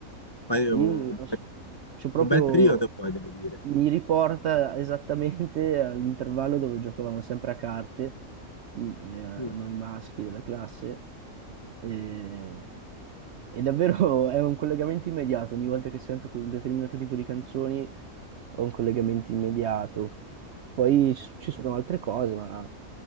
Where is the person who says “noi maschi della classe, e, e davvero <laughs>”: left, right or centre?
Right